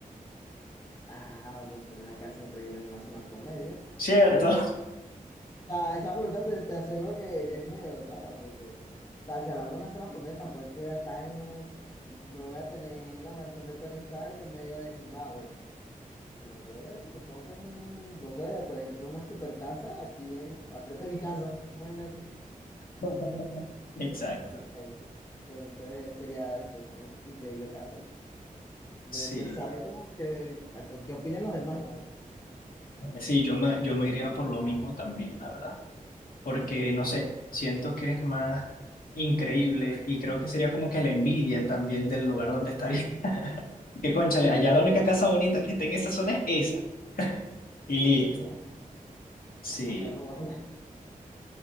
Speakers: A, on the left; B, on the left.
A: Ah, prefiero una casa increíble en una zona promedio.
B: ¿cierto?
A: O sea, esa pregunta te, te aseguro que, que es medio rara porque, o sea, si hablamos de una zona promedio tampoco es que voy a estar en un, no voy a tener la mansión de Tony Stark en medio de Zimbabue. Sino que supongo que es un, no sé, por ejemplo, una super casa aquí en, al frente de mi casa, no hay así.
B: <laughs> Exacto.
A: Entonces, Entonces eh, sería eso, una increíble casa. Me,
B: Sí,
A: me sabe como que, a co- qué opinan los demás, la verdad.
B: sí, yo me, yo me iría por lo mismo también, la verdad. porque no sé, siento que es más increíble y creo que sería como que la envidia también del lugar donde estaría. <laughs> Que cónchale, allá la única casa bonita que está en esa zona es esa. Y listo.
A: Exacto. Vamos
B: Sí.
A: a ir a robarla.